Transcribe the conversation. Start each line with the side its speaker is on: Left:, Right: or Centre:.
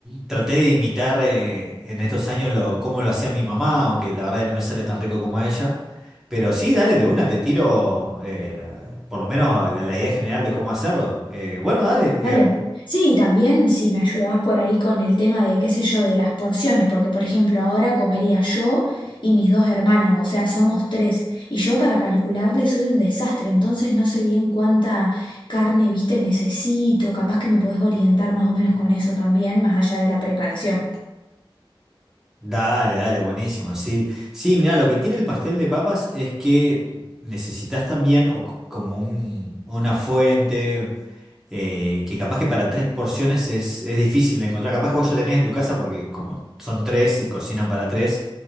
Centre: traté de imitar eh, en estos años lo, cómo lo hacía mi mamá, aunque la verdad ya no me sale tan rico como a ella. Pero sí, dale, de una te tiro eh, por lo menos la, la idea general de cómo hacerlo. Eh, bueno, dale,
Left: Vale.
Centre: eh,
Left: Sí, y también si me ayudás por ahí con el tema de, qué sé yo, de las porciones, porque por ejemplo ahora comería yo y mis dos hermanos, o sea, somos tres, y yo para calcularle soy un desastre, entonces no sé bien cuánta carne, viste, necesito, capaz que me podés orientar más o menos con eso también, más allá de la preparación.
Centre: Dale, dale, buenísimo, sí. Sí, mira, lo que tiene el pastel de papas es que necesitas también o c- como un- una fuente, eh, que capaz que para tres porciones es, es difícil de encontrar. Capaz que vos ya tenés en tu casa porque como son tres y cocinan para tres,